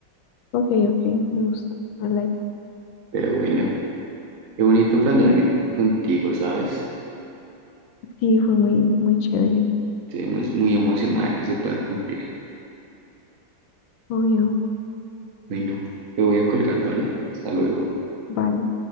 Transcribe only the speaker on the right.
pero bueno, qué bonito planear
mi viaje contigo, ¿sabes?
Estoy muy muy emocionada que se pueda cumplir.
Bueno, te voy a colgar, ¿vale? Hasta luego.